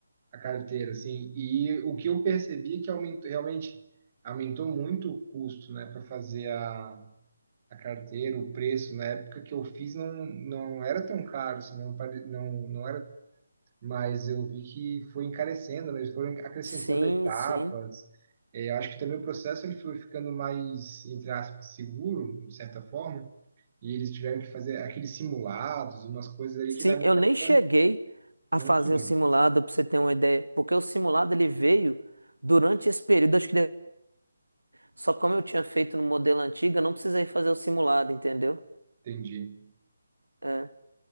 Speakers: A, on the right; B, on the right.
A: a carteira, assim. E o que eu percebi é que aumentou, realmente aumentou muito o custo, né, para fazer a, a carteira, o preço. Na época que eu fiz não, não era tão caro, assim, não, pare- não, não era, mas eu vi que foi encarecendo, né, eles foram acrescentando
B: Sim,
A: etapas.
B: sim.
A: Eh, acho que também o processo ele foi ficando mais, entre aspas, seguro, de certa forma. E eles tiveram que fazer aqueles simulados, umas coisas ali
B: Sim,
A: que na minha
B: eu nem
A: época
B: cheguei a
A: não
B: fazer
A: tinha.
B: o simulado, pra você ter uma ideia, porque o simulado ele veio durante esse período, acho que Só como eu tinha feito no modelo antigo, eu não precisei fazer o simulado, entendeu?
A: Entendi.
B: É.